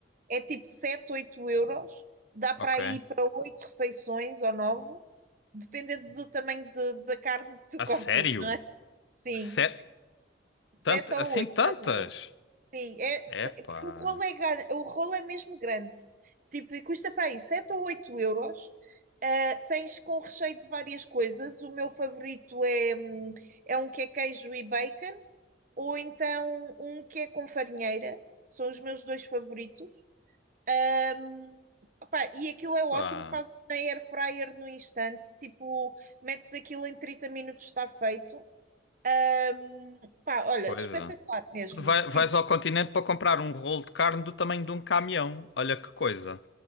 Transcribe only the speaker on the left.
Ok.
A
sério?
Sé- tant-
Assim
tantas?
Epá,
pá,
que
coisa.
Tu vai- vais
ao continente para comprar um rolo de carne do tamanho de um caminhão. Olha que coisa.